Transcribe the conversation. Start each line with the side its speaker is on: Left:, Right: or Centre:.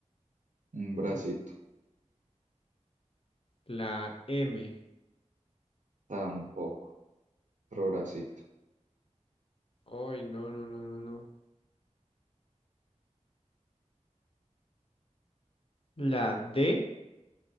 Right: Un bracito.
Left: Mm, la M.
Right: Tampoco. Otro bracito.
Left: Ay, no, no, no, no, no. La D.